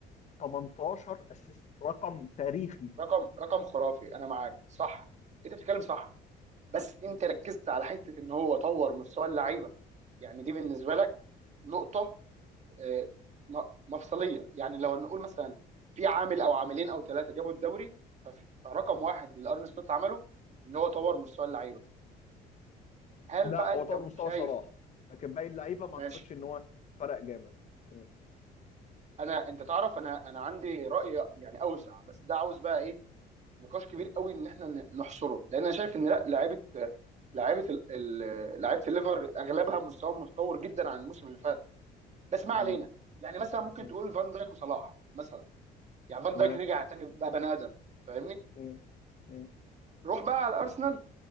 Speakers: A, on the left (about 45°); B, on the right (about 40°).
A: 18 اسيست رقم تاريخي
B: رقم رقم خرافي انا معاك صح انت بتتكلم صح بس انت ركزت على حته ان هو طور مستوى اللعيبه يعني دي بالنسبه لك نقطه آه، م- مفصليه يعني لو نقول مثلا في عامل او عاملين او ثلاثه جابوا الدوري فف- فرقم واحد اللي ارن سلوت عمله ان هو طور مستوى اللعيبه هل
A: لا
B: بقى
A: هو
B: انت
A: طور مستوى
B: شايف
A: صلاح لكن باقي اللعيبه ما
B: ماشي
A: اعتقدش ان هو فرق جامد م-
B: انا انت تعرف انا انا عندي راي يعني اوسع بس ده عاوز بقى ايه نقاش كبير قوي ان احنا ن- نحصره لان انا شايف ان لا لعيبه لعيبه ال- ال- لعيبه الليفر اغلبها مستواهم متطور جدا عن الموسم اللي فات بس ما علينا
A: م-
B: يعني مثلا ممكن
A: م.
B: تقول فان دايك وصلاح مثلا يعني فان
A: تمام
B: دايك رجع تاني بقى بني ادم فاهمني
A: م- م.
B: روح بقى على الارسنال